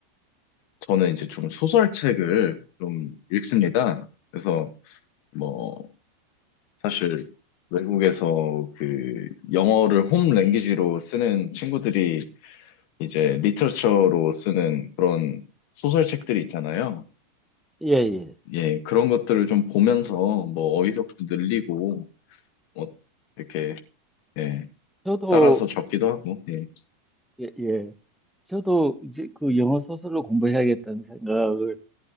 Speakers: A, on the left; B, in the centre.
A: 저는 이제 좀 소설책을 좀 읽습니다. 그래서 뭐 사실 외국에서 그 영어를 홈 랭귀지로 쓰는 친구들이 이제 리터처로 쓰는 그런 소설책들이 있잖아요.
B: 예, 예.
A: 예, 그런 것들을 좀 보면서 뭐 어휘력도 늘리고 뭐 이렇게 예,
B: 저도
A: 따라서 적기도 하고. 예.
B: 예, 예. 저도 이제 그 영어 소설로 공부해야겠다는 생각을